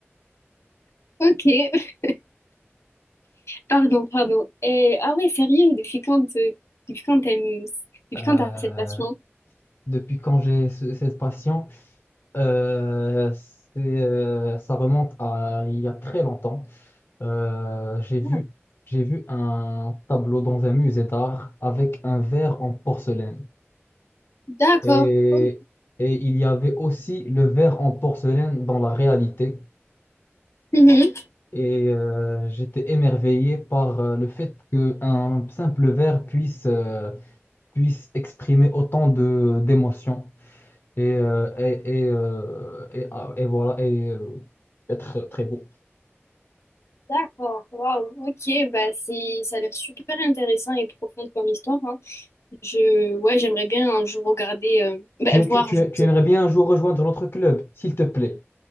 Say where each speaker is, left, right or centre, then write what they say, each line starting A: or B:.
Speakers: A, on the left; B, on the left.
A: ok, <laughs> pardon, pardon. Et, ah ouais, sérieux, depuis quand, euh, depuis quand t'aimes, depuis
B: Euh,
A: quand t'as cette passion?
B: depuis quand j'ai ce- cette passion, euh, c'est, euh, ça remonte à il y a très longtemps. Euh, j'ai vu,
A: Ah,
B: j'ai vu un tableau dans un musée d'art avec un verre en porcelaine.
A: D'accord.
B: Et,
A: ok.
B: et il y avait aussi le verre en porcelaine dans la réalité.
A: Mhm.
B: Et euh, j'étais émerveillé par euh, le fait qu'un simple verre puisse, euh, puisse exprimer autant de, d'émotions. Et, euh, et, et, euh, et, ah, et voilà, et euh, être très beau.
A: D'accord, waouh, ok, bah c'est, ça a l'air super intéressant et profond comme histoire, hein. Je, ouais, j'aimerais bien un jour regarder, euh, bah,
B: Tu,
A: voir,
B: tu, tu,
A: je veux
B: tu
A: dire,
B: aimerais bien un jour rejoindre notre club, s'il te plaît.